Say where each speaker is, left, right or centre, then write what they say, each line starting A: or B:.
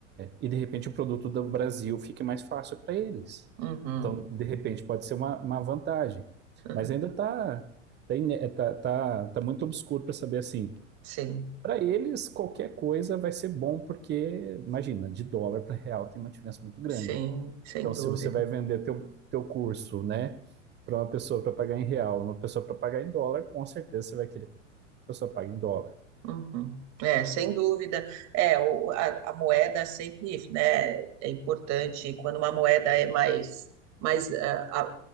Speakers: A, on the right; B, on the right.
A: E de repente o produto do Brasil fique mais fácil para eles.
B: Uhum,
A: Então, de repente, pode ser uma, uma vantagem.
B: uhum.
A: Mas ainda está tá, tá, tá, tá muito obscuro para saber assim.
B: Sim,
A: Para eles, qualquer coisa vai ser bom, porque, imagina, de dólar para real tem uma diferença muito grande.
B: sim, sem
A: Então, se
B: dúvida.
A: você vai vender teu, teu curso, né, para uma pessoa para pagar em real, uma pessoa para pagar em dólar, com certeza você vai querer que a pessoa pague em dólar.
B: Uhum. É, sem dúvida. É, o, a, a moeda sempre, né, é importante quando uma moeda é mais, mais, ah, ah,